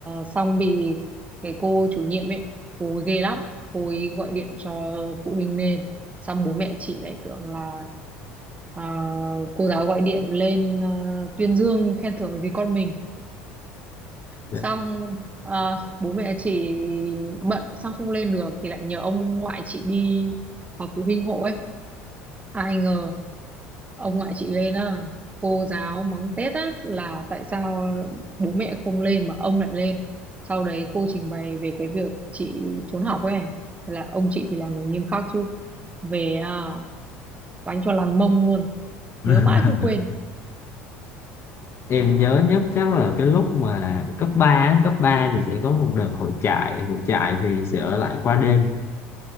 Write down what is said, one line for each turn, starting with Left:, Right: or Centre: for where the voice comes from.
Right: xong bị cái cô chủ nhiệm ấy cô ấy ghê lắm cô ấy gọi điện cho phụ huynh lên xong bố mẹ chị lại tưởng là à, cô giáo gọi điện lên à, tuyên dương khen thưởng gì con mình
Left: Dạ.
Right: xong ờ, bố mẹ chị bận xong không lên được thì lại nhờ ông ngoại chị đi họp phụ huynh hộ ấy ai ngờ ông ngoại chị lên á cô giáo mắng tét á là tại sao bố mẹ không lên mà ông lại lên sau đấy cô trình bày về cái việc chị trốn học ấy Thế là ông chị thì là người nghiêm khắc chứ về à, đánh cho làm mông luôn
Left: <laughs>
Right: nhớ mãi không quên
Left: em nhớ nhất chắc là cái lúc mà cấp 3 á, cấp 3 thì sẽ có một đợt hội trại hội trại thì sẽ ở lại qua đêm